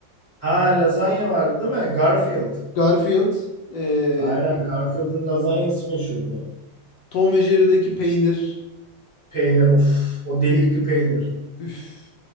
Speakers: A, on the right; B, on the left.
A: Ha lazanya vardı değil mi? Garfield.
B: Garfield, e,
A: Aynen Garfield'ın lazanyası meşhurdu.
B: Tom ve Jerry'deki peynir.
A: Peynir of o delikli peynir.
B: Üf,